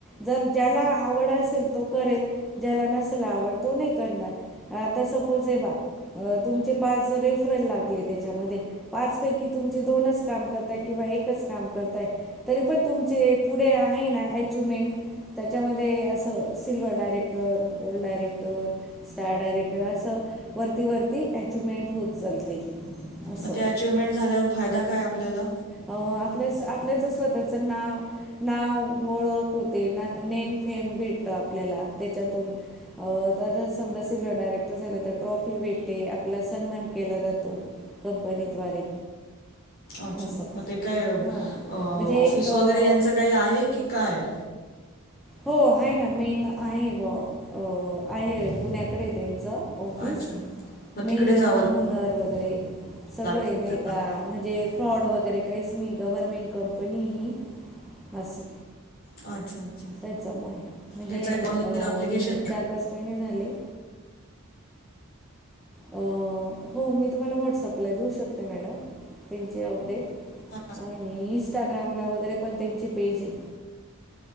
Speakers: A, in the centre; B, on the left.
A: जर ज्याला आवड असेल तो करेल ज्याला नसेल आवड तो नाही करणार. आता सपोज आहे बा, अ तुमचे पाच रेफरल लागलेत त्याच्यामध्ये पाचपैकी तुमचे दोनच काम करताय किंवा एकच काम करताय. तरी पण तुमचे पुढे आहे ना ॲचीवमेंट त्याच्यामध्ये असं silver director, gold director, star director असं वरती वरती ॲचिवमेंट होत चालते. असं
B: मग त्या अचिव्हमेंट झाल्यावर, फायदा काय आपल्याला?
A: अं आपल्या, आपल्याच स्वतःचं नाव नाव ओळख होते ना. नेम फेम भेटत आपल्याला त्याच्यातून. अ आ समजा सिल्व्हर डायरेक्टर झाला, तर ट्रॉफी भेटते, आपला सन्मान केला जातो. कंपनीद्वारे
B: अच्छा!
A: असं
B: मग ते काय
A: हां
B: ऑफिस
A: म्हणजे एक अं,
B: वगैरे यांचं काही आहे, की काय?
A: हो आहे ना मेन आहे बॉ. अ आहे पुण्याकडे त्यांचं. ऑफिस
B: अच्छा मग
A: मेन
B: तिकडे जावं
A: होनर वगैरे सगळे
B: लागतं आपल्याला
A: ना एका म्हणजे फ्रॉड वगैरे काहीच नाही, गव्हर्मेंट कंपनी ही असं
B: अच्छा! अच्छा!
A: त्याच्यामुळे, म्हणजे
B: याचं काय ऑनलाईन
A: अ
B: ॲप्लिकेशन
A: मी चार पाच महिने झाले अं, हो मी तुम्हाला व्हॉट्सअपला देऊ शकते मॅडम. त्यांचे अपडेट
B: <unintelligible>
A: आणि इंस्टाग्रामला वगैरे पण त्यांची पेज आहे.